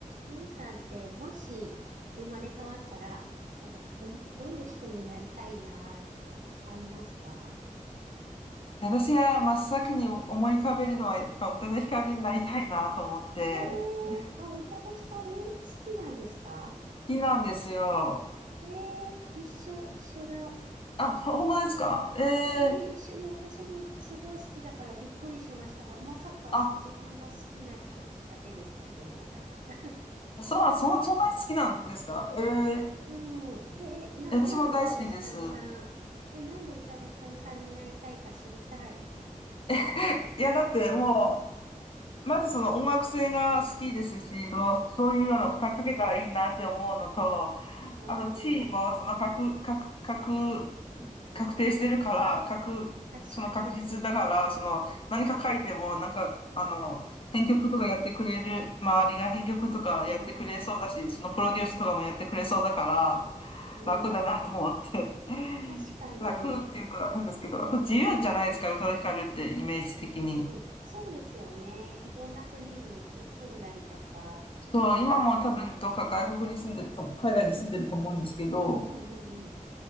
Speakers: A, on the right (about 65°); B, on the left (about 40°).
A: ゆいさんって、もし生まれ変わったら、なんか、ど、どの人になりたいなとかありますか
B: 私が真っ先に思い浮かべるのはやっぱ宇多田ヒカルになりたいなと思って、
A: うん。へえ、
B: 好
A: あ、宇多田ヒカル好きなんですか
B: きなんですよ。
A: ええ、一緒、一緒だ。
B: あ、ほ本当ですかえ
A: 一緒あ、い一緒、
B: え
A: いや私もすごい好きだからびっくりしました。まさか自分の好きな人が出ること思わなかった。
B: あ、
A: <laughs> い
B: そう、そん、そんなに好きなんですかえ
A: や、うん。え、え、な、
B: え私も大好きです。
A: なんで宇多田ヒカルさん、え、なんで宇多田ヒカルさんになりたいか知りたい。
B: <laughs> いや、だってもう、まずその音楽性が好きですし、その、そういうような歌かけたらいいなって思うのと、
A: うんうー
B: あと地位もその格、
A: ん、
B: 格、格
A: うん、
B: 確定してるから、
A: うん。
B: 確、
A: 確かに。
B: その確実だから、その何か書いても、
A: うん、
B: なんか、あの、編曲とかやってくれる、周りが編曲とかやってくれそうだし、
A: ああ、
B: そのプロデュースとかもやってくれそうだから、
A: う
B: 楽だなと思って。
A: ん。
B: <laughs>
A: 確かに。
B: 楽っていうか変ですけど、あと自由じゃないですか、
A: ああ、
B: 宇多田ヒカルってイメージ的に。
A: うん。そうですよね。いろんな国にね、住んだりとか。
B: そう、今も多分どっか外国に住んでると、
A: あの
B: 海外に住んでると思うんですけど、
A: うん、うん、うん、うん。